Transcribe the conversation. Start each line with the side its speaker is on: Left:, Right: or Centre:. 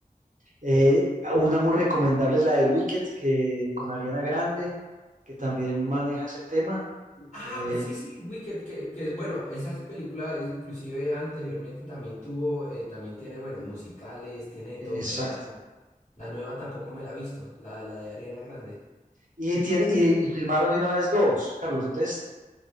Right: Eh, una muy recomendable es la de Wicked, que con Ariana Grande, que también maneja ese tema.
Left: Ah,
Right: Eh,
Left: pues sí, sí, Wicked, que, que es bueno, esas películas eh, inclusive anteriormente también tuvo, eh, también tiene, bueno, musicales, tiene de
Right: exacto.
Left: todo, pero la, la nueva tampoco me la he visto, la, la de Ariana Grande.
Right: Y, tiene, y, y filmaron de una vez dos, Carlos. Entonces,